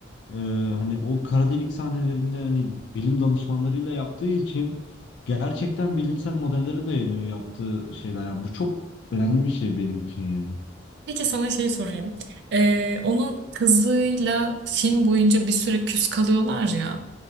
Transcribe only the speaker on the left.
e, hani o kara delik sahnelerinde hani bilim danışmanlarıyla yaptığı için gerçekten bilimsel modellere dayanıyor yaptığı şeyler. Yani bu çok önemli bir şey benim için ya.